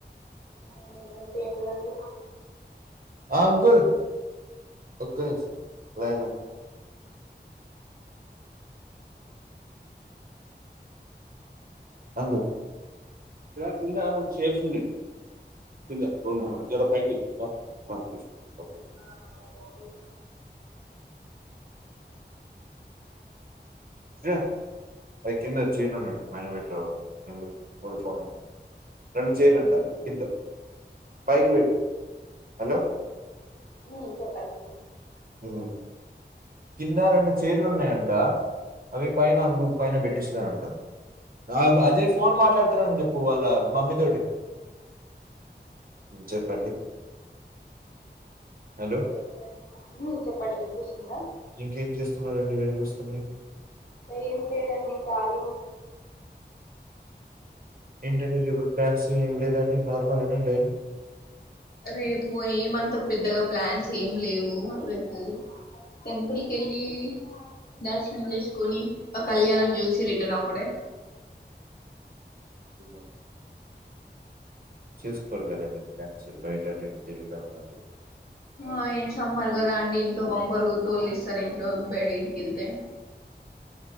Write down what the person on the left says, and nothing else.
ఉమ్ అంటే ఏంటిదండి
ఆ ఆమె <unintelligible>
ఉమ్ చెప్పండి
చెప్పండి ఉమ్ చెప్పండి వినిపిస్తుందా
ఏంలేదండి ఖాళీ.
రేపు ఏమంతా పెద్దగా ప్లాన్స్ ఏమి లేవు రేపు. టెంపుల్ కెళ్ళి. దర్శనం చేసుకొని ఆ కళ్యాణం చూసి రిటర్న్ అవ్వుడే.
ఆహ్ ఏం సమ్మరో కదా అండి. ఇంట్లో బంపరు తోలేసి. సరే ఇంట్లో బయటికి వేళ్తే.